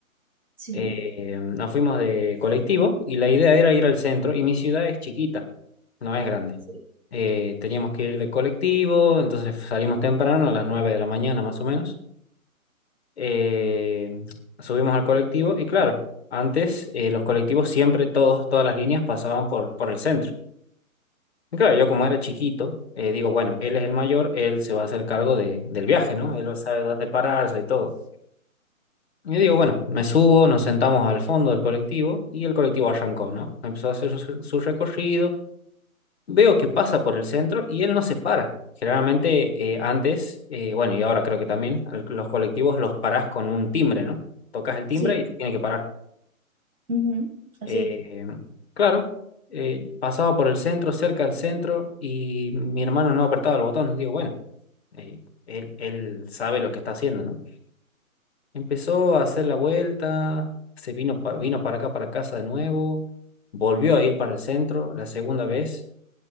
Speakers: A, on the right (about 70°); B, on the left (about 45°).
A: Sí,
B: Eh, nos fuimos de colectivo y la idea era ir al centro. Y mi ciudad es chiquita, no es grande.
A: Sí,
B: Eh, teníamos que ir de colectivo, entonces salimos temprano, a las nueve de la mañana más o menos. Eh, subimos al colectivo y claro, antes eh, los colectivos siempre, todos, todas las líneas pasaban por, por el centro. Claro, yo como era chiquito, eh, digo, bueno, él es el mayor, él se va a hacer cargo de, del viaje, ¿no? Él sabe dónde pararse y todo. Y digo, bueno, me subo, nos sentamos al fondo del colectivo y el colectivo arrancó, ¿no? Empezó a hacer su, su recorrido, veo que pasa por el centro y él no se para. Generalmente eh, antes, eh, bueno, y ahora creo que también, al- los colectivos los parás con un timbre, ¿no? Tocas el
A: sí,
B: timbre y se tiene que parar.
A: ujú, Así
B: Eh,
A: es.
B: claro eh, pasaba por el centro, cerca del centro, y mi hermano no apretaba el botón. Digo, bueno, eh, él, él sabe lo que está haciendo, ¿no? Empezó a hacer la vuelta, se vino para, vino para acá, para casa de nuevo, volvió a ir para el centro la segunda vez